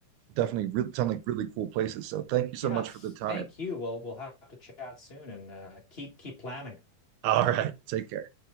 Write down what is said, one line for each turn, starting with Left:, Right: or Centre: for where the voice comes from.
Right: definitely re- sound like really cool places. So thank you so
Left: Yes,
Right: much for the time.
Left: thank you. Well, we'll have to chat soon and uh, keep keep planning.
Right: All right. Take care.